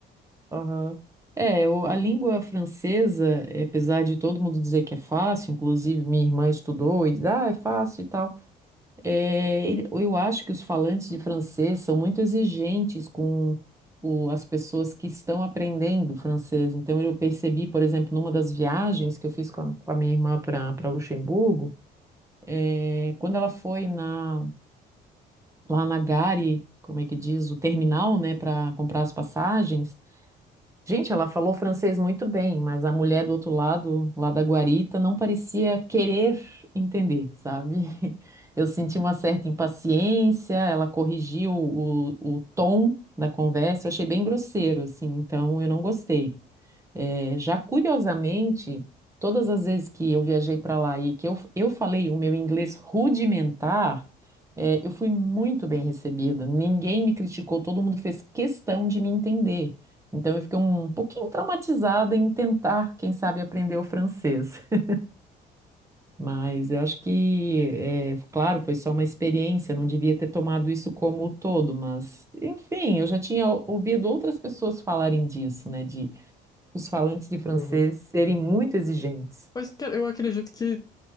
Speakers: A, on the right (about 15°); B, on the left (about 20°).
A: aham. É, eu- a língua francesa, eh, apesar de todo mundo dizer que é fácil, inclusive minha irmã estudou e diz, ah, é fácil e tal. É, ele- eu acho que os falantes de francês são muito exigentes com o- as pessoas que estão aprendendo francês. Então, eu percebi, por exemplo, numa das viagens que eu fiz com a, com a minha irmã para para Luxemburgo, é, quando ela foi na- lá na Gare, como é que diz, o terminal, né, para comprar as passagens. Gente, ela falou francês muito bem, mas a mulher do outro lado, lá da guarita, não parecia querer entender, sabe? <laughs> Eu senti uma certa impaciência, ela corrigiu o, o tom da conversa, eu achei bem grosseiro, assim, então eu não gostei. É, já curiosamente, todas as vezes que eu viajei para lá e que eu, eu falei o meu inglês rudimentar, é, eu fui muito bem recebida. Ninguém me criticou, todo mundo fez questão de me entender. Então eu fiquei um pouquinho traumatizada em tentar, quem sabe, aprender o francês. <laughs> Mas eu acho que, é, claro, foi só uma experiência, não devia ter tomado isso como todo, mas, enfim, eu já tinha ouvido outras pessoas falarem disso, né? De os falantes de francês
B: Uhum.
A: serem muito exigentes.
B: Mas, cara, eu acredito que